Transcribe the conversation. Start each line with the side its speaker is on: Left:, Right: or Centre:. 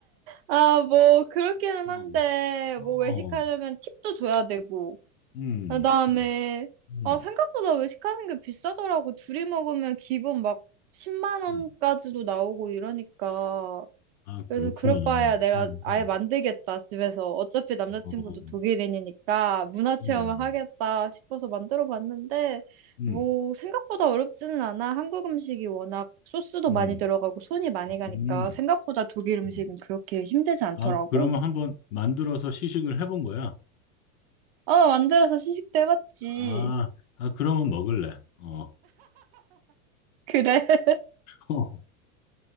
Right: 아, 뭐, 그렇기는
Left: 어,
Right: 한데,
Left: 어,
Right: 뭐, 외식하려면 팁도 줘야 되고.
Left: 음,
Right: 그다음에,
Left: 음, 음.
Right: 아, 생각보다 외식하는 게 비싸더라고. 둘이 먹으면 기본 막 10만 원까지도
Left: 음.
Right: 나오고 이러니까.
Left: 아,
Right: 그래서
Left: 그렇구나.
Right: 그럴
Left: 음,
Right: 바에야 내가
Left: 음,
Right: 아예 만들겠다, 집에서. 어차피 남자친구도
Left: 어,
Right: 독일인이니까 문화 체험을
Left: 음,
Right: 하겠다 싶어서 만들어 봤는데,
Left: 음,
Right: 뭐, 생각보다 어렵지는 않아. 한국 음식이 워낙 소스도
Left: 음,
Right: 많이 들어가고 손이 많이
Left: 음,
Right: 가니까 생각보다 독일 음식은
Left: 음.
Right: 그렇게 힘들지 않더라고.
Left: 아, 그러면 한번 만들어서 시식을 해본 거야?
Right: 어, 만들어서 시식도 해봤지.
Left: 아, 아, 그러면 먹을래. 어,
Right: 그래. <laughs>
Left: <laughs> 어,